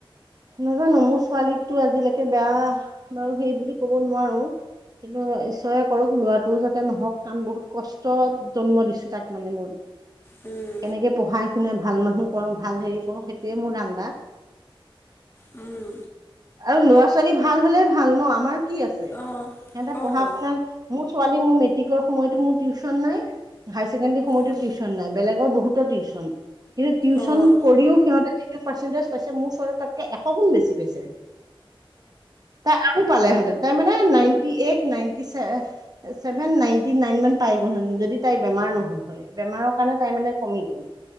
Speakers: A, on the right (about 45°); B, on the left (about 25°).
A: নাজানো মোৰ ছোৱালীকতো আজিলৈকে বেয়া বাৰু সেই বুলি ক'ব নোৱাৰো। কিন্তু ঈশ্বৰে, কৰোক ল'ৰাটোও যাতে নহওক তমান বহুত কষ্টত- জন্ম দিছো তাক মানে মই।
B: উম
A: কেনেকে পঢ়াই শুনাই ভাল মানুহ কৰো ভাল হেৰি কৰো সেইটোৱে মোৰ ধান্দা।
B: উম
A: আৰু ল'ৰা ছোৱালী ভাল হলে ভাল ন আমাৰ কি আছে সিহঁতে
B: অঁ অঁ
A: পঢ়া
B: তো
A: শুনাৰ। মোৰ ছোৱালী মোৰ মেট্ৰিকৰ সময়তো মোৰ টিউচন নাই, হায়াৰ ছেকেণ্ডৰী সময়তো
B: অঁ
A: টিউচন <unintelligible> নাই বেলেগৰ বহুতো টিউচন কিন্তু টিউচন
B: অঁ
A: কৰিও সিহঁতে <unintelligible> <unintelligible> পাৰ্চেণ্টেজ পাইছে মোৰ ছোৱালী তাতকে এশ গুণ বেছি পাইছে। তাই আৰু পালেহেঁতেন। তাই মানে ninety eight, ninety চেভে <unintelligible> seven, ninety nine মান পাই গ'ল যদি তাই বেমাৰ নহল হয়, বেমাৰৰ কাৰণে তাই মানে <unintelligible> কমিল।